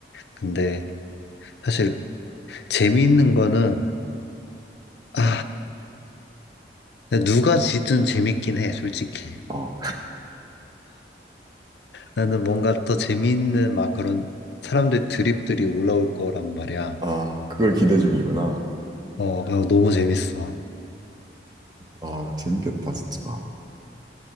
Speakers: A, on the left; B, on the right.
A: 근데 사실 재미있는 거는, 아, 누가 지든 재밌긴 해, 솔직히. 어,
B: 아,
A: 나는 뭔가 더 재미있는 막 그런 사람들 드립들이 올라올 거란 말이야.
B: 아, 그걸 기대 중이구나.
A: 어, 그거 너무 재밌어.
B: 아, 재밌겠다, 진짜.